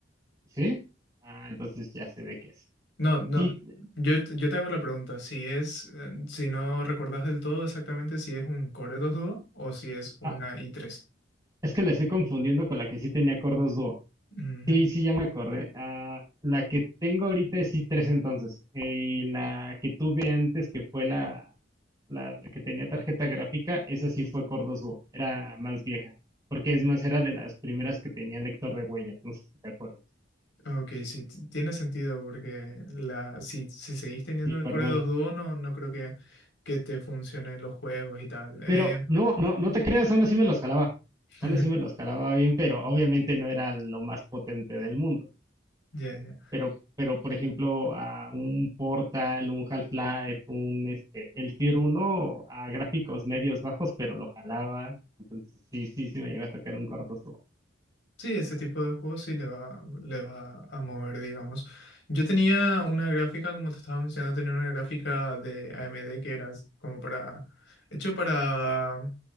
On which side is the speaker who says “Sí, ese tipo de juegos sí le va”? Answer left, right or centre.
Left